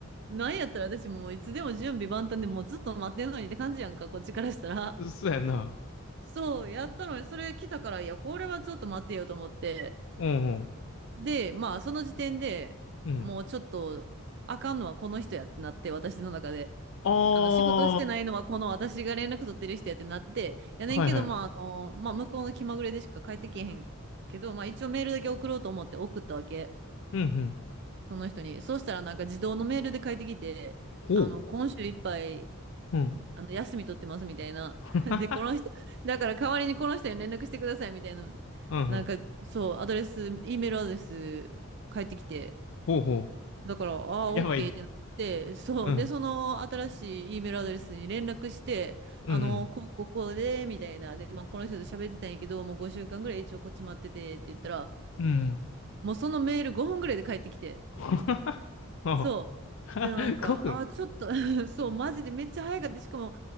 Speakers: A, on the right; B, on the left.
A: なんやったら私もういつでも準備万端でもうずっと待ってんのにって感じやんか、こっちからしたら。
B: うん。そうやな。
A: そう、やったのに、それ来たから、いや、これはちょっと待ってよと思って。
B: うん。
A: で、まあ、その時点でもうちょっと、
B: うん。
A: あかんのはこの人やってなって、私の中で。
B: あ
A: あの、仕事してないのはこの私が連絡取ってる人やってなって、やねんけど、
B: あ。はい、はい。
A: まあ、あの、まあ、向こうの気まぐれでしか帰ってけへんけど、まあ、一応メールだけ送ろうと思って送ったわけ。
B: うん、うん。
A: その人に。そうしたらなんか自動のメールで帰ってきて、
B: ほう。
A: あの、今週いっぱい
B: うん。
A: あの、休み取ってますみたいな。
B: <laughs>
A: <laughs> で、この人、だから代わりにこの人に連絡してくださいみたいな。
B: うんうん。
A: なんか、そう、アドレス、E メールアドレス返ってきて、
B: ほうほ
A: だから、ああ、
B: う。やばい。
A: OK ってなって、そう、
B: うん。
A: で、その新しい E メールアドレスに連絡して、
B: うん。
A: あの、こう、こう、こうで、みたいな。で、まあ、この人と喋ってたんやけど、もう5週間ぐらい一応こっち待っててって言ったら、
B: うん。うん。
A: もうそのメール5分ぐらいで返ってきて、
B: <laughs> ほうは。
A: そう。
B: <laughs>
A: で、なんか、
B: 5分。
A: あーちょっと <laughs> そう、マジでめっちゃ早かった。しかも、